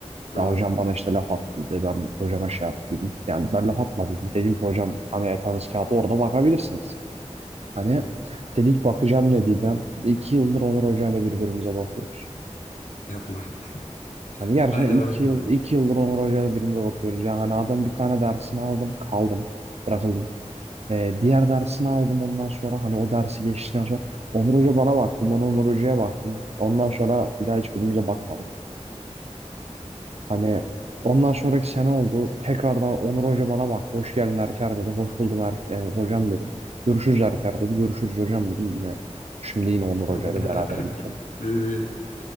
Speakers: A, on the left; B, on the right.
A: Hı
B: Ya
A: hı.
B: hocam bana işte laf attıydı ben hocama şey yaptıydım yani ben laf atmadım dedim ki hocam hani yatağınız kağıdı orada bakabilirsiniz. Hani
A: Hı hı.
B: dedik bakacağım ne dedi. İki yıldır Onur Hoca'yla birbirimize bakıyoruz.
A: Yapma. <laughs>
B: Hani gerçekten
A: Hala
B: iki
A: bakmadım.
B: yıl, iki yıldır Onur Hoca'yla birbirimize bakıyoruz. Yani hani adam bir tane dersini aldım, kaldım, bırakıldım. Ee, diğer dersini aldım ondan sonra hani o dersi geçtikten sonra Onur Hoca bana baktı, ben Onur Hoca'ya baktım. Ondan sonra bir daha hiçbirimize bakmadık. Hani ondan sonraki sene oldu. Tekrardan Onur Hoca bana baktı. Hoş geldin Erker dedi. Hoş buldum er e, hocam dedim. Görüşürüz Erker dedi. Görüşürüz hocam dedim. Yine şimdi yine Onur Hoca
A: <laughs>
B: ile beraberim bu sene.
A: Böyle bir